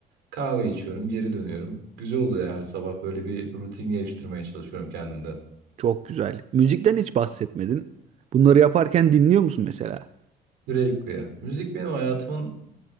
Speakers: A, on the right; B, on the right.
A: Kahve içiyorum, geri dönüyorum. Güzel oluyor her sabah böyle bir rutin geliştirmeye çalışıyorum kendimde.
B: Çok güzel. Müzikten hiç bahsetmedin. Bunları yaparken dinliyor musun mesela?
A: Sürekli. Müzik benim hayatımın